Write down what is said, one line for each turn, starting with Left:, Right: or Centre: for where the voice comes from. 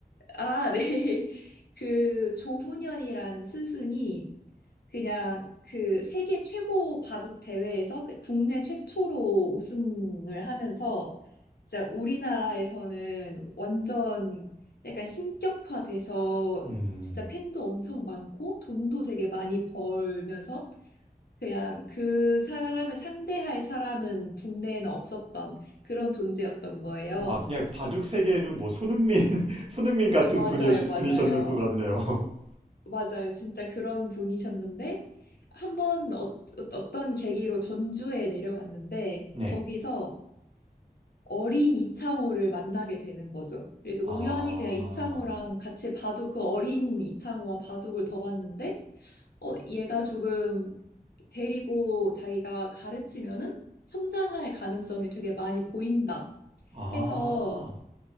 Left: 아, 네. 그 조훈현이라는 스승이 그냥 그 세계 최고 바둑 대회에서 그 국내 최초로 우승을 하면서 진짜 우리나라에서는 완전 약간 신격화돼서
Right: 음,
Left: 진짜 팬도 엄청 많고 돈도 되게 많이 벌면서 그냥 그 사람을 상대할 사람은 국내에는 없었던 그런 존재였던 거예요.
Right: 와, 그냥 바둑 세계에는 뭐 손흥민, <laughs> 손흥민 같은
Left: 맞아요,
Right: 분이셨,
Left: 맞아요.
Right: 분이셨는 것 같네요. <laughs>
Left: 맞아요. 진짜 그런 분이셨는데, 한 번 어, 떤 계기로 전주에 내려갔는데,
Right: 네.
Left: 거기서 어린 이창호를 만나게 되는 거죠. 그래서
Right: 아,
Left: 그 우연히 그냥 이창호랑 같이 바둑, 그 어린 이창호와 바둑을 더 봤는데, 어, 얘가 조금 데리고 자기가 가르치면은 성장할 가능성이 되게 많이 보인다
Right: 아.
Left: 해서